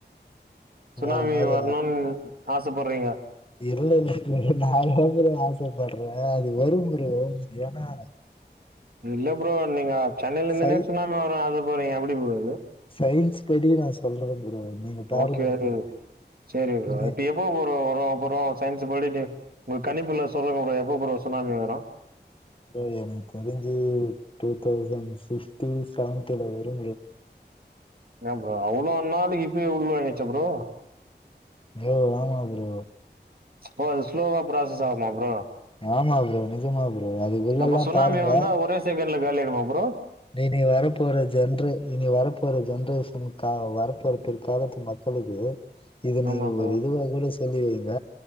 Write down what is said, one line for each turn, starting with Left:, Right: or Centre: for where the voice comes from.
Right: சுனாமி
Left: வேற மாரி
Right: வரணுன் ஆசப்பட்றீங்க
Left: இல்ல இல்ல ப்ரோ நா ஏ ப்ரோ ஆசப்பட்றே அது வரும் ப்ரோ ஏனா
Right: இல்ல ப்ரோ நீங்க சென்னையில இருந்துனே
Left: சை
Right: சுனாமி வரு ஆசப்படுறீங்க எப்டி ப்ரோ அது
Left: சயின்ஸ் படி நா சொல்ற ப்ரோ நீங்க பாருங்க
Right: ஓகே
Left: நீங்க
Right: ரோ செரி ப்ரோ
Left: நீ
Right: அதியு எப்ப ப்ரோ வரு ப்ரோ சயின்ஸ் படிடு உங்க கணிப்புல சொல்லுங்க ப்ரோ எப்ப ப்ரோ சுனாமி வரு
Left: ப்ரோ எனக் தெரிஞ்சு டூ தௌசண்ட் சிக்ஸ்டி செவன்டில வரு
Right: ஏ ப்ரோ அவ்ளோ நாளிக்கி இப்பயே உள் வாங்கிட்ச்சா ப்ரோ
Left: ப்ரோ ஆமா ப்ரோ
Right: ஓ அது ஸ்லோவா பிராசஸ் ஆகுமா ப்ரோ
Left: ஆமா ஃப்ரோ நிஜமா ஃப்ரோ அதுக்குள்ளலா
Right: அப்ப சுனாமி
Left: பாருங்க
Right: வந்தா ஒரே செகண்ட்ல காலியாய்டுமா ஃப்ரோ
Left: டே இன்னிக் வர போறது ஜென்ரே இனி வரப்போற ஜென்ரேஷன்கா வரப்போற பிற்காலத்து மக்களுக்கு இது நீங்க
Right: ஆமா ப்ரோ
Left: ஒரு இதுவா கூட சொல்லி வைங்க